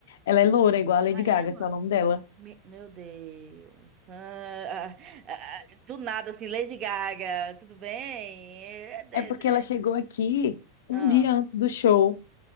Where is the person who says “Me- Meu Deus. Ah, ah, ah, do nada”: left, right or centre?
Right